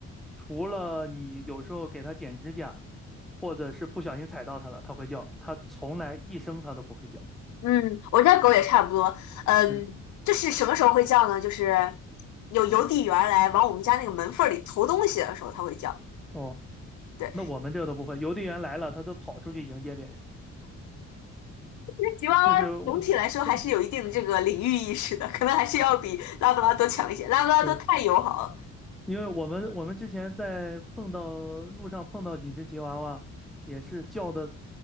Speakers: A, in the centre; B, on the left.
A: 除了你有时候给它剪指甲，或者是不小心踩到它了，它会叫，它从来一声它都不会叫。
B: 嗯，我家狗也差不多。嗯，
A: 嗯，
B: 就是什么时候会叫呢？就是有邮递员来往我们家那个门缝儿里投东西的时候，它会叫。
A: 哦，
B: 对，
A: 那我们这个都不会，
B: 因
A: 邮递员来了，它都跑出去迎接别人，
B: 为吉娃娃总体来说还是有一定的这个领域意识的，
A: 就是我说
B: 可能还是要比拉布拉多强一些。拉布拉多太友好了。
A: 对。因为我们我们之前在碰到路上碰到几只吉娃娃，也是叫的